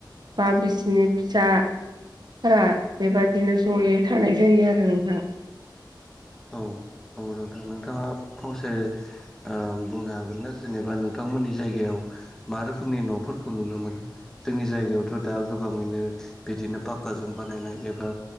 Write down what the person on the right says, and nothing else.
बा बिसिनि फिसा फोरा बेबादिनो जयै थानाय जायो आरो नोंथां।